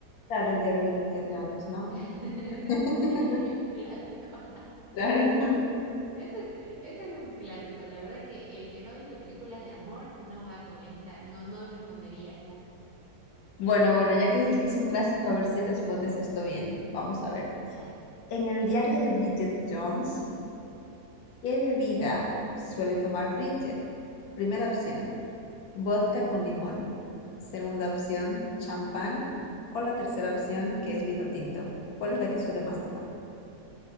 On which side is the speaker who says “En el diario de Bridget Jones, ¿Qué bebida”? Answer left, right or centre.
Left